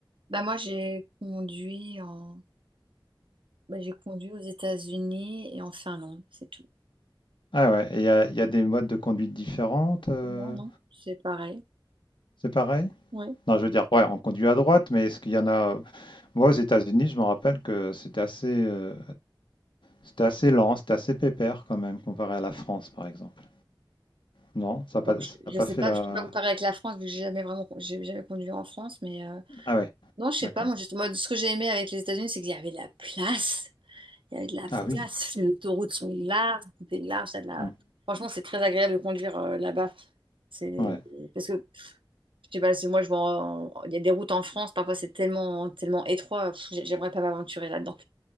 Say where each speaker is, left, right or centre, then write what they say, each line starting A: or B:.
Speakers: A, on the right (about 75°); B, on the left (about 70°).
A: Bah moi, j'ai conduit en... bah, j'ai conduit aux États-Unis et en Finlande, c'est tout.
B: Ah ouais, et il y a, il y a des modes de conduite différentes, euh,
A: Non, non, c'est pareil.
B: c'est pareil?
A: Ouais.
B: Non, je veux dire, ouais, on conduit à droite, mais est-ce qu'il y en a... Moi, aux États-Unis, je me rappelle que c'était assez, euh, c'était assez lent, c'était assez pépère quand même, comparé à la France, par exemple. Non, ça n'a pas,
A: Bon, je,
B: ça n'a
A: je
B: pas
A: sais
B: fait
A: pas,
B: la...
A: je peux pas comparer avec la France, vu que j'ai jamais vraiment, j'ai jamais conduit en France, mais euh,
B: Ah ouais,
A: non, je sais
B: d'accord.
A: pas. Moi, juste- moi, ce que j'ai aimé avec les États-Unis, c'est qu'il y avait de la place. Il y avait de la place.
B: Ah oui.
A: Les autoroutes sont larges, tout est large. t'as de la...
B: Hmm.
A: Franchement, c'est très agréable de conduire euh, là-bas. C'est
B: Ouais,
A: parce que je sais pas, c'est moi, je vois, en- il y a des routes en France, parfois c'est tellement, tellement étroit. pff, j'ai- J'aimerais pas m'aventurer là-dedans.